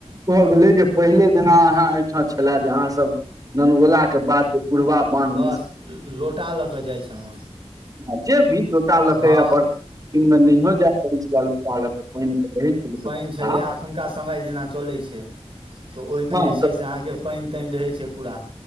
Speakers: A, on the right; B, on the right.
A: भऽ गेलै जे पहिले जेना अहाँ एहिठाम छले जे अहाँ सब ननगोलाक के बाद पुरबा बान्ह
B: बस
A: दिस
B: लोटा लऽ कऽ जाइत छलहुँं हेँ
A: आ जे भी लोटा लऽकऽ
B: हँ
A: आ बड़ दिनमे नहियो जाय पड़ै छै लऽ पानि के रहै छलै व्यवस्था
B: पानि छलै एखुनका समय जेना चलै छै तऽ ओहिमे
A: हँ
B: जे
A: तऽ
B: छै से अहाँके पानि तानि रहै छै पूरा